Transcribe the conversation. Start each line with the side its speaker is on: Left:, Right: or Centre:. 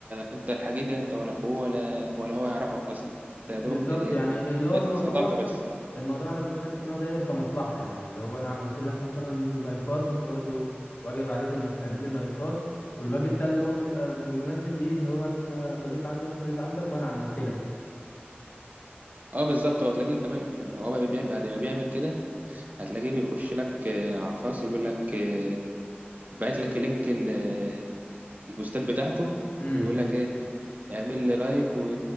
Right: انت الحقيقه انت ولا اخوه ولا ولا هو يعرفك اصلا انت يا دوبك
Left: بالظبط
Right: هي
Left: يعني اللي هو
Right: بس
Left: الموضوع
Right: صداقه بس
Left: الموضوع انا ببقى شايف ان هو داير كمصلحه يعني اللي هو انا عملت لك مثلا لايكات انت برضو واجب عليك انك تعمل لي لايكات والواجب ده اللي هو بيبقى بمناسبه ايه ان هو انت صديق عندي وانا صديق عندك وانا عملت لك
Right: اه بالظبط هو تلاقيه كمان يعني هو بيعمل بعد ما بيعمل كده هتلاقيه بيخش لك آه، على الخاص يقول لك آه، باعت لك لينك ال- آه، البوستات بتاعته
Left: امم
Right: ويقول لك ايه اعمل لي لايك و-